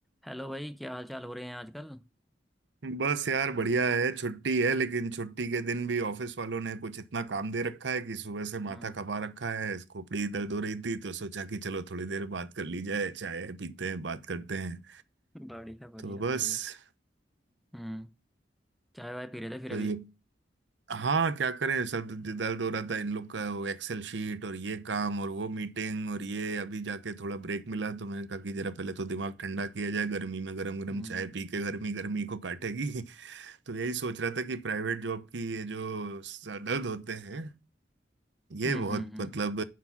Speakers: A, in the centre; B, on the right (about 75°).
A: Hello भाई क्या हाल चाल हो रहे हैं आजकल
B: बस यार बढ़िया है छुट्टी है लेकिन छुट्टी के दिन भी ऑफिस वालों ने कुछ इतना काम दे रखा है कि सुबह से माथा
A: हम्म
B: खपा रखा है खोपड़ी दर्द हो रही थी तो सोचा कि चलो थोड़ी देर बात कर ली जाए चाय पीते हैं बात करते हैं
A: बढ़िया बढ़िया
B: तो बस
A: बढ़िया हम्म चाय वाय पी रहे थे फिर
B: तो
A: अभी
B: ये हाँ क्या करें सब दर्द हो रहा था इन लोग का वो एक्सेल शीट और ये काम और वो मीटिंग और ये अभी जाके थोड़ा ब्रेक मिला तो मैंने कहा कि जरा पहले तो दिमाग ठंडा किया जाए गर्मी में गरम गरम
A: हम्म
B: चाय पी के गर्मी गर्मी को काटेगी तो यही सोच रहा था कि प्राइवेट जॉब की ये जो सर दर्द होते हैं ये
A: हम्म
B: बहुत
A: हम्म हम्म
B: मतलब